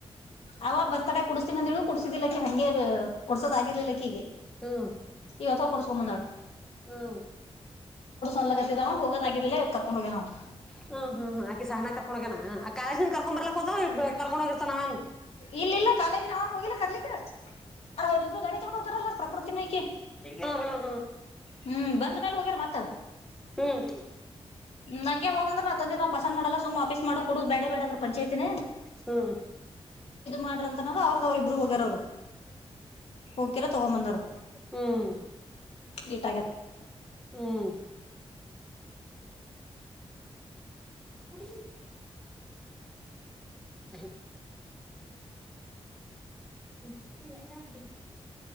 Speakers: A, on the left (about 70°); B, in the centre.
A: ಅವ ಬರ್ತಡೆ ಕುಡಸ್ತೀನಂದು ಕುಡ್ಸ್. ಕ್ಕ ಹಂಗೆ ಕೊಡ್ಸೋದಾಗಿರ್ಲಿಲ್ಲಕ್ಕೀಗೆ.
B: ಹಾ.
A: ಯ ಕೊಡಸುಮ್ಮ ನಣ.
B: ಹ್ಮ.
A: ಅನ್ಲಕತ್ತಿದವ ಹೋಗೋದಾಗಿರ್ಲಿಲ್ಲ ಇವತ್ ಕರ್ಕೊಂಡ್ ಹೋಗ್ಯನ ಅವ
B: ಹ್ಮ್ ಹ್ಮ್ ಹ್ಮ್ ಆಕಿ ಸಹನ ಕಕಣಕನಾ. ಹ ಆ ಕಾಸಿಂದ ಕರ್ಕೊಂಡ್ ಬಾರ್ ಹದ ಕಾರಡೋಗಿತ ನಾವಂಗ್.
A: ಇಲ್ಲ ಇಲ್ಲ ಕಾಲೇಜ್ ನಾ ಹೋಗಿಲ್ಲ ಕರ್ಲಿಕ್ಕೆ. ಅವ್ರಿಬ್ರು ಗಡಿ ತಗೊಂಡ ಹೋಗತಾರಲ್ಲ ಪ್ರಕೃತಿನೈಕ
B: ಅವೇನು ಹ್ಮ್
A: ಹ್ಮ್ ಬಂದ ಮೇ. ವ ಮತ.
B: ಹ್ಮ್.
A: ನಂಗೆ ಹೋಗ ಅಂದ್ರೆ ನ ತಂದೆ ನ ಪಸಂದ ಮಾಡಲ್ಲ ಸು ಆಫೀಸ್ ಮಾಡಕ್ ಕುಡುದು ಬೇ ಬೇಡದ್ರ ಪಂಚಾಯತಿನ.
B: ಹ್ಮ್.
A: ಮಾಡ್ರ ಅಂತ ಅವ್ರದವರು ಇಬ್ರು ಹೋಗ್ಯಾರ ಅವರು ಹೋಗಕಿರ ತಗೊಂಡ್ ಬಂದಾರ.
B: ಹ್ಮ್ ಹ್ಮ್
A: ಈಟಾಗ.
B: ಹ್ಮ್. ಕುಡ. ಹ. ಹ್ಮ್ ಇಲ್ಲ ನಾ ಅಡಿ.